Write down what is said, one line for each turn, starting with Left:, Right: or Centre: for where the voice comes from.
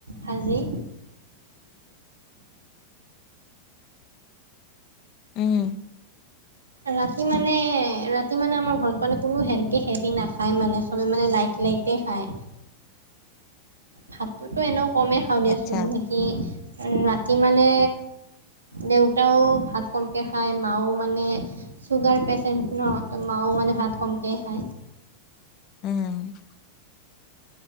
Right: ভাজি।
Left: উম।
Right: ৰাতি মানে -ৰাতি মানে আমাৰ ঘৰত মানে কোনো হেনকে হেভি নাখায় মানে চবে মানে লাইট- লাইট কে খায়। ভাতটোতো এনেও কমেই খাওঁ দিয়াচোন
Left: আচ্ছা।
Right: বাকী ৰাতি মানে দেউতাও ভাত কমকে খাই মাও মানে ছুগাৰ পেচেণ্ট ন' তো মাওঁ মানে ভাত কমকে খায়।
Left: উম,